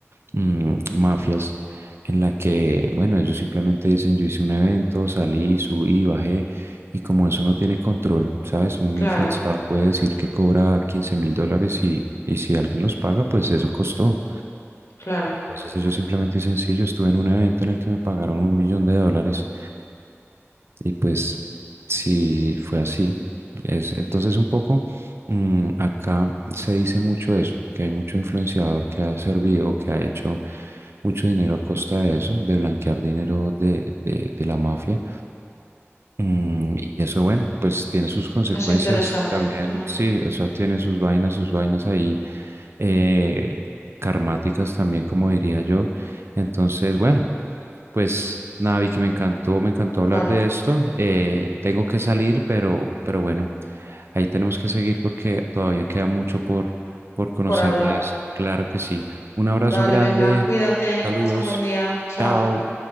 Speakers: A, on the right (about 60°); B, on the left (about 70°).
A: mm, mafias en la que, bueno, ellos simplemente dicen, yo hice un evento, salí, subí, bajé, y como eso no tiene control, ¿sabes? Un
B: claro,
A: influenciador puede decir que cobra quince mil dólares y, y si alguien los paga, pues eso costó.
B: claro.
A: Entonces ellos simplemente dicen, sí, yo estuve en un evento en el que me pagaron un millón de dólares. Y pues sí fue así. Es, entonces un poco mm, acá se dice mucho eso, que hay mucho influenciador que ha servido, que ha hecho mucho dinero a costa de eso, de blanquear dinero de, de, de la mafia. Mm, y eso, bueno, pues tiene sus consecuencias
B: Es interesante.
A: también,
B: Mm,
A: sí, eso tiene sus vainas, sus vainas ahí, eh, karmáticas también, como diría yo. Entonces, bueno. Pues nada, Vicky, me encantó, me encantó hablar
B: vale,
A: de esto. Eh, tengo que salir, pero, pero bueno, ahí tenemos que seguir porque todavía queda mucho por, por conocer
B: por hablar.
A: de esto. Claro que sí. Un abrazo
B: Vale,
A: grande,
B: venga, cuídate,
A: saludos,
B: pasa un buen día. Chao.
A: chao.